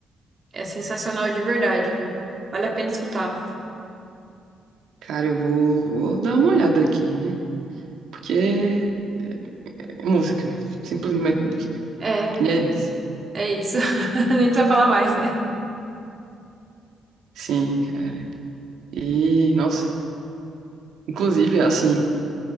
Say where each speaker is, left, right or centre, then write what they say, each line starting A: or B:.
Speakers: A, on the right (about 35°); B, on the right (about 75°).
A: É sensacional de verdade, viu? Vale a pena escutar.
B: Cara, eu vou, vou dar uma olhada aqui, né? Porque é música. Simplesmente música.
A: É,
B: E é isso.
A: é isso. <laughs> Nem precisa falar mais, né?
B: Sim, cara. E, nossa. Inclusive, assim,